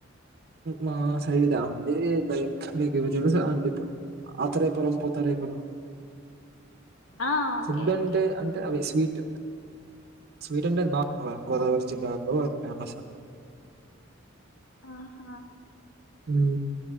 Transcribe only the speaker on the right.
మా సైడా అండి లైక్ మీకు ఇవి తెలుసా అండి పు అత్రేయపురం పూతరేకులు
ఫుడ్ అంటే
అంటే అవి స్వీట్ స్వీట్ అంటే అది బాగా గోదావరి జిల్లాలో అది ఫేమస్ అండి.
హ్